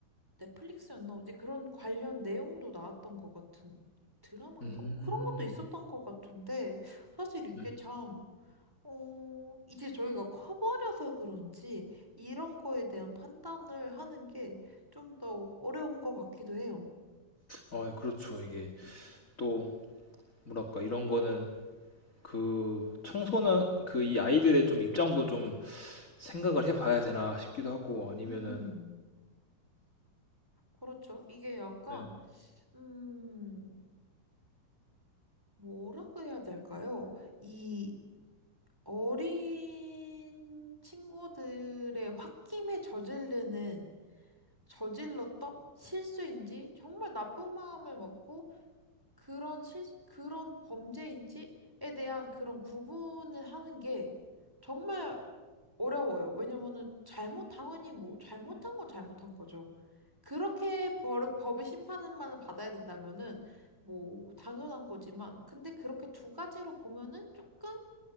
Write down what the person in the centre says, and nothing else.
넷플릭스였나? 어디 그런 관련 내용도 나왔던 것 같은 드라마인가?
뭐 그런 것도 있었던 것 같은데, 사실 이게
참, 어, 이제 저희가 커버려서 그런지 이런 거에 대한 판단을 하는 게 좀 더 어려운 것 같기도 해요.
음, 그렇죠. 이게 약간,
음, 뭐라고 해야 될까요? 이 어린 친구들의 홧김에 저지르는, 저질렀던 실수인지 정말 나쁜 마음을 먹고 그런 실, 그런 범죄인지에 대한 그런 구분을 하는 게 정말 어려워요. 왜냐면은 잘못, 당연히 뭐, 잘못한 건 잘못한 거죠. 그렇게 벌, 법의 심판만 받아야 된다면은 뭐, 당연한 거지만, 근데 그렇게 두 가지로 보면은 조금